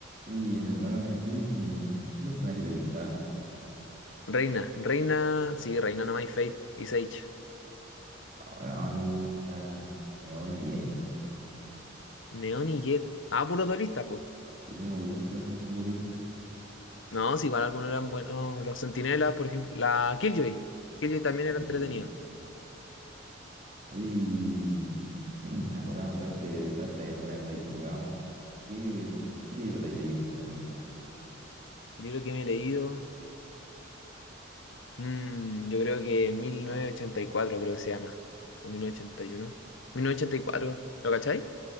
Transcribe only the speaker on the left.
Reina, Reina, sí, Reina no hay Fate y Sage.
Neon y Jet. Ah, puros duelistas, po.
No, si igual algunos eran buenos. Los Centinelas, por ejemplo. La Killjoy. Killjoy también
era
entretenido.
Libro que me he leído, mm, yo creo que 1984 creo que se llama, o 1981. 1984, ¿lo cachai?